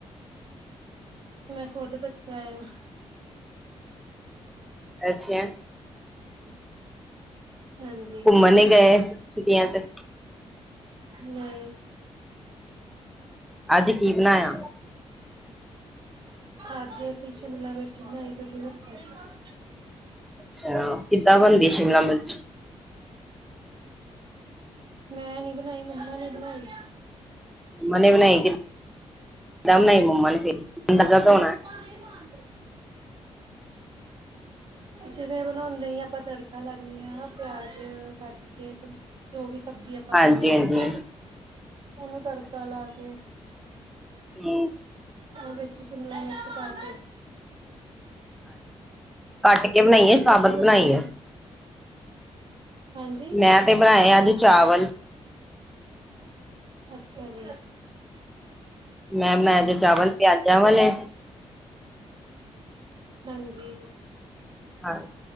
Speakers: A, on the right (about 45°); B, in the centre.
A: ਮੈਂ ਖੁੱਦ ਬੱਚਾ ਏ।
B: ਅੱਛਾ।
A: <unintelligible> ਹਾਂਜੀ
B: ਘੁੰਮਣ ਨੀ ਗਏ ਛੁੱਟੀਆਂ ਚ
A: ਨਈ।
B: ਅੱਜ ਕੀ ਬਣਾਇਆ?
A: ਅੱਜ ਅਸੀ ਸ਼ਿਮਲਾ ਮਿਰਚ ਬਨਾਈ। ਤੁਸੀਂ ਦਸੋ?
B: ਅੱਛਾ, ਕਿੱਦਾਂ ਬਨਦੀ ਸ਼ਿਮਲਾ ਮਿਰਚ?
A: ਮੈਂ ਨੀ ਬਨਾਈ, ਮੰਮਾ ਨੇ ਬਨਾਈ।
B: ਮੰਮਾਂ ਨੇ ਬਨਾਈ। ਕਿੱਦਾਂ ਬਨਾਈ ਮੰਮਾਂ ਨੇ, ਫੇਰ ਅੰਦਾਜ਼ਾ ਤੇ ਹੋਨੈ?
A: ਪਾਨੀ ਨੀ ਪਾਂਦੇ।
B: <inaudible>
A: ਜਿਵੇਂ ਬਨਾਉਦੇ ਈ ਆਪਾਂ ਤੜਕਾ ਲਾਨੇਂ ਆਂ ਪਿਆਜ ਕੱਟ ਕੇ ਜੋ ਵੀ ਸਬਜੀ ਆਪਾਂ
B: ਹਾਂਜੀ
A: ਪੌਣੀ
B: ਹਾਂਜੀ
A: ਵਿੱਚ ਓਨੂੰ ਤੜਕਾ ਲਾ ਕੇ
B: ਹੂੰ।
A: ਵਿੱਚ ਸ਼ਿਮਲਾ ਮਿਰਚ ਪਾ ਕੇ
B: ਕੱਟ ਕੇ ਬਨਾਈ ਏ ਸਾਬਤ
A: ਤੁਸੀਂ ਦੱਸੋ
B: ਬਨਾਈ ਏ?
A: ਹਾਂਜੀ
B: ਮੈਂ ਤੇ ਬਣਾਏ ਅੱਜ ਚਾਵਲ।
A: ਅੱਛਾ ਜੀ।
B: ਮੈਂ ਬਨਾਏ ਅੱਜ ਚਾਵਲ ਪਿਆਜਾਂ ਵਾਲੇ।
A: ਹਾਂਜੀ।
B: ਹਾਂ,